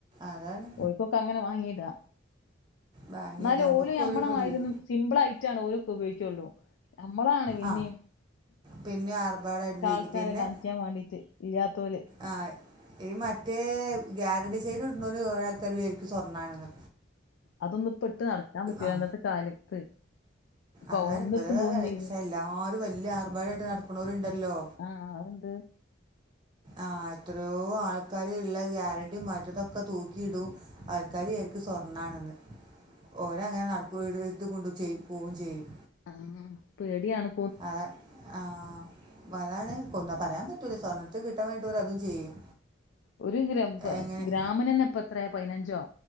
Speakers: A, on the right; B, on the left.
A: അതാണ്
B: ഓൽകൊക്കെ അങ്ങനെ വാങ്ങിടാ
A: വാങ്ങിയിട്ട്
B: ന്നാലും
A: അമ്പക്കും
B: ഓല് അമ്മളമായി
A: ഒരു ഇതുള്ളിൽ
B: സിബ്ലായിട്ടാണ് ഓരൊക്കെ ഉപയോഗിക്കൊള്ളൂ നമ്മളാണ് പിന്നിം
A: ആ പിന്നെ ആർഭാടായിട്ട് ഇരിക്കും
B: ആൾക്കാരെ
A: പിന്നെ
B: കാണിക്ക്യാൻ വേണ്ടിട്ട് ഇല്ലാത്തോല്.
A: ആ ഈ മറ്റേ ഗ്യാരൻറി ചെയ്ന്ട് ന്നോര് കൊറേ ആൾക്കാർ വിചാരിക്കും ഇത് സ്വർണ്ണണെന്ന്.
B: അതൊന്നും പ്പെട്ട് നടക്കാൻ പറ്റൂല്ല
A: ആ
B: ഇന്നത്തെ കാലത്ത്. കൊന്നിട്ട്
A: അതാണ് ഇപ്പത്തെ
B: പോവും ചെയ്യും
A: ക്ഷെ എല്ലാരും വല്യ ആർഭാടായ്ട്ട് നടക്കുന്നോര് ണ്ടല്ലോ
B: ആഹ് അത്ണ്ട്.
A: ആ എത്രയോ ആൾക്കാര്ള്ള ഗ്യാരണ്ടി മറ്റതൊക്കെ തൂക്കിയിടും അൾക്കാര് വിയാരിക്കും സ്വർണ്ണാണ്ന്ന്. ഓരങ്ങനെ നട്ക്കും ഇത് ഇതും കൊണ്ട് ചെയ് പോവും ചെയ്യും.
B: ആഹ് പേട്യാണ്.
A: അതെ ആഹ്. അതാണ് കൊന്നാ പറയാൻ പറ്റൂല സ്വർണംത്തെ കിട്ടാൻ വേണ്ട് ഓര് അതും ചെയ്യും.
B: ഒര് ഗ്ര
A: എങ്ങനെ
B: ഗ്രാമിനെന്ന ഇപ്പത്ര പതിനഞ്ചോ